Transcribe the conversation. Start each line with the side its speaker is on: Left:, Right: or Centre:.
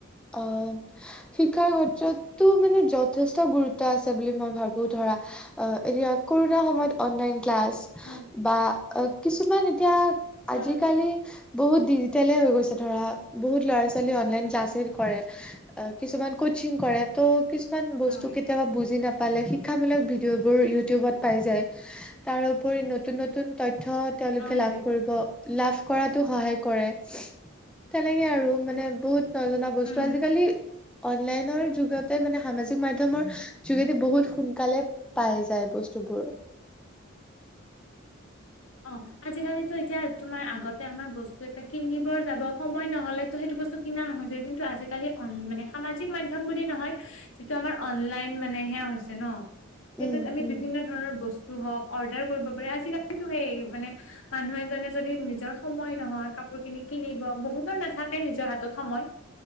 Centre: অঁ। শিক্ষাৰ ক্ষেত্ৰতটো মানে যঠেষ্ট গুৰুত্ব আছে বুলি মই ভাবো ধৰা অঁ এতিয়া কৰোণাৰ সময়ত অনলাইন ক্লাছ
Left: উম
Centre: বা অ কিছুমান এতিয়া
Left: উম।
Centre: আজিকালি বহুত ডিজিটেলে হৈ গৈছে ধৰা, বহুত ল'ৰা ছোৱালী অনলাইন ক্লাছে কৰে, অ কিছুমান কচিং কৰে ত' কিছুমান বস্তু
Left: অ
Centre: কেতিয়াবা বুজি নাপ পালে শিক্ষামূলক ভিডিঅ'বোৰ ইউটিউবত পাই যায়, তাৰোপৰি নতুন নতুন তথ্য তেওঁলোকে
Left: অ', সেইটোৱে
Centre: লাভ কৰিব, লাভ কৰাতো সহায় কৰে, তেনেকে আৰু। মানে বহুত নজনা বস্তু
Left: উম
Centre: আজিকালি অনলাইনৰ যুগতে মানে সামাজিক মাধ্যমৰ যোগেদি বহুত সোনকালে পায় যায় বস্তুবোৰ।
Left: অঁ আজিকালিটো এতিয়া তোমাৰ আগতে আমাৰ, বস্তু এটা কিনিবৰ যাব সময় নহলেতো সেইটো বস্ কিনা নহয় যে, কিন্তু আজিকালি, মানে সামাজিক মাধ্যম বুলি নহয়, যিটো আমাৰ অনলাইন মানেহে হৈছে ন', সেইটোত
Centre: উম
Left: আমি
Centre: উম
Left: বিভিন্ন ধৰণৰ বস্তু হওঁক, অৰ্ডাৰ কৰিব পাৰি, আজিকালি সেই মানে, মানুহ এজনে যদি নিজৰ সময় নহয়, কাপোৰ খিনি কিনিব বহুতৰ নেথা কে নিজৰ হাতত সময়,